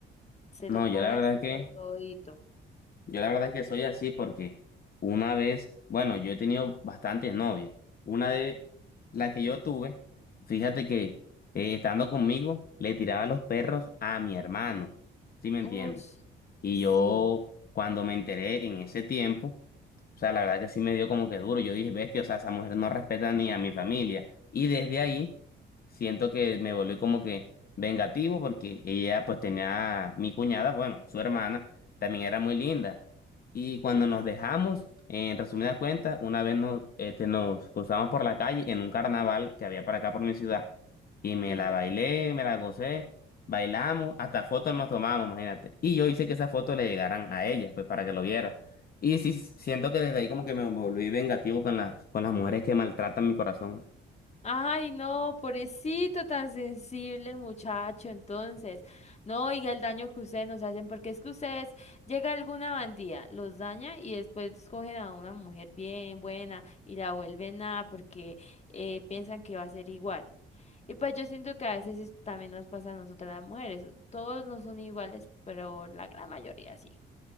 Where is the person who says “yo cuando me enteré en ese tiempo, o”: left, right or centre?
Left